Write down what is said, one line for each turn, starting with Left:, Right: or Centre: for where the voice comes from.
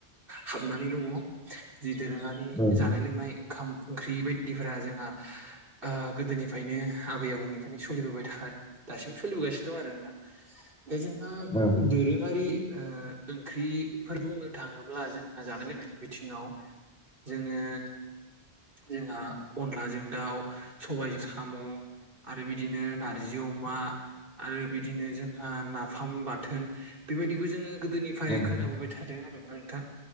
Right: हाबनानै दङ। जि दोरोङारि
Centre: ओं
Right: जानाय लोंनाय ओंखाम ओंख्रि बायदिफोरा जोंहा ओ गोदोनिफ्रायनो आबै आबौनिफ्रायनो सोलिबोबाय थाखा दासिमबो सोलिबोगासिनो दं आरो नोंथां दा जोंहा
Centre: ओं
Right: दोरोङारि ओ ओंख्रिफोर बुङो थाङोब्ला जोंहा जानाय लोंनायनि बिथिङाव <unintelligible> जोङो जोंहा अनलाजों दाउ सबायजों साम' आरो बिदिनो नारजि अमा आरो बिदिनो जोंहा नाफाम बाथोन बेबायदिखौ जोङो गोदोनिफ्राय
Centre: उम
Right: खोनाबोबाय था दों आरोना नोंथां